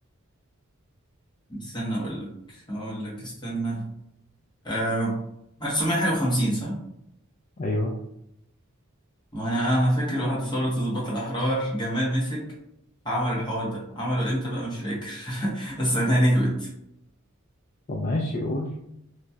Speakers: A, on the left; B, on the left.
A: استنى اقول لك اقول لك استنى أه 1950 صح
B: أيوه
A: ما انا انا فاكر بعد ثورة الضباط الاحرار جمال مسك عمل الحوار ده عمله امتى بقى مش فاكر <laughs> بس انا نهبت
B: طب ماشي قول